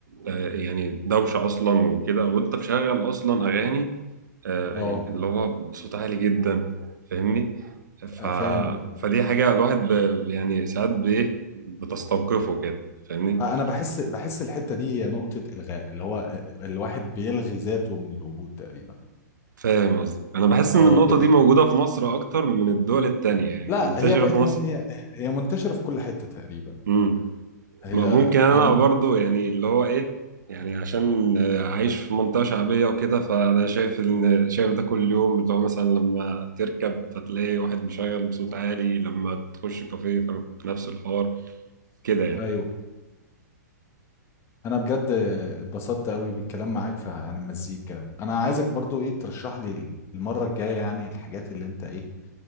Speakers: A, on the right (about 75°); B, on the left (about 25°).
A: آه، يعني دوشة اصلا وكده وانت مشغل اصلا اغاني آه،
B: اه
A: يعني اللي هو بصوت عالي جدا فاهمني
B: ف-
A: ف...
B: فاهم وجهة نظرك
A: فدي حاجة الواحد ب... يعني ساعات بايه بتستوقفه كده فاهمني
B: انا بحس بحس الحته دي هي نقطه الغاء اللي هو الواحد بيلغي ذاته من الوجود تقريبا
A: فاهم قصدي انا بحس
B: اه
A: ان النقطة
B: ب... ب-
A: دي موجودة في مصر اكتر من الدول التانية يعني
B: لا
A: منتشرة
B: هي بقت
A: في مصر
B: من... هي... هي منتشره في كل حته تقريبا
A: امم
B: هي
A: ما ممكن انا
B: هي منت...
A: برضو يعني اللي هو ايه يعني عشان آه، عايش في منطقة شعبية وكده فانا شايف ان شايف ده كل يوم اللي هو مثلا لما تركب فتلاقي واحد مشغل بصوت عالي لما تخش كافيه فنفس الحوار كده يعني
B: ايوه انا بجد اتبسطت قوي بالكلام معاك ف- عن المزيكا انا عايزك برضو ايه ترشح لي المره الجايه يعني الحاجات اللي انت ايه